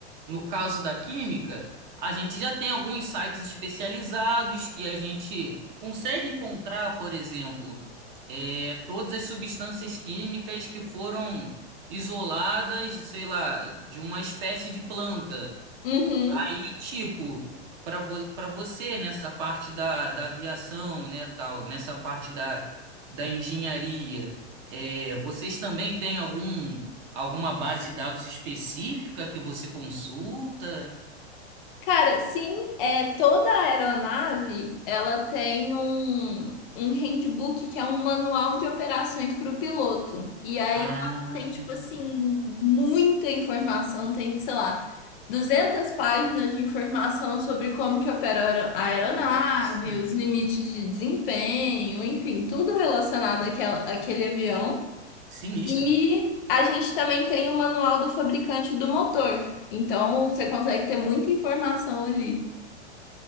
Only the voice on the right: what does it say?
no caso da química, a gente já tem alguns sites especializados que a gente consegue encontrar, por exemplo, é, todas as substâncias químicas que foram isoladas, sei lá, de uma espécie de planta
aí, tipo, para vo para você nessa parte da, da aviação, né, tal, nessa parte da, da engenharia, é, vocês também têm algum alguma base de dados específica que você consulta?
Ah,
nossa,
sinistro.